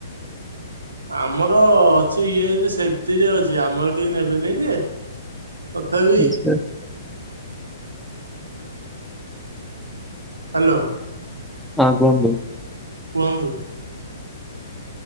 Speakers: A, on the right; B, in the centre.
A: ଆମର ଅଛି ୟୁଇରେ ସେଫ୍ଟିରେ ଅଛି ଆମର କେହି ନେବେନି ଯେ ତଥାପି
B: ଆଚ୍ଛା
A: ହାଲୋ।
B: ହଁ କୁହନ୍ତୁ।
A: କୁହନ୍ତୁ।